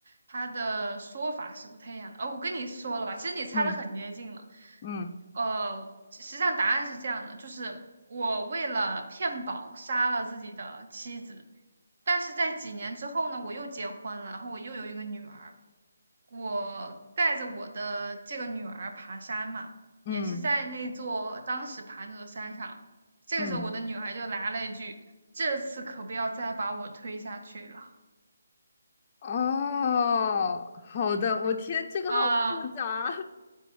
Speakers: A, on the right; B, on the left.
A: 他的说法是不太一样的。哦，我跟你说了吧，其实你猜的很接近了。
B: 嗯嗯
A: 呃，实际上答案是这样的，就是我为了骗保杀了自己的妻子，但是在几年之后呢，我又结婚了，然后我又有一个女儿。我带着我的这个女儿爬山嘛，
B: 嗯
A: 也是在那座当时爬那座山上。这个时候，
B: 嗯，
A: 我的女儿就来了一句：“这次可不要再把我推下去了
B: 哦，好的，我天，这个好复杂。
A: 啊！”